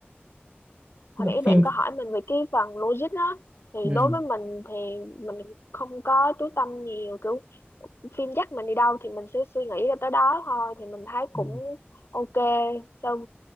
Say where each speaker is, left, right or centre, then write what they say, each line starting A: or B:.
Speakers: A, on the left; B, on the right.
A: hồi
B: Tức là
A: nãy
B: cái phim
A: bạn có hỏi mình về cái phần logic đó thì
B: ừ.
A: đối với mình thì mình không có chú tâm nhiều kiểu phim dắt mình đi đâu thì mình sẽ suy nghĩ ra tới đó thôi thì mình thấy cũng
B: Ừ.
A: ok sau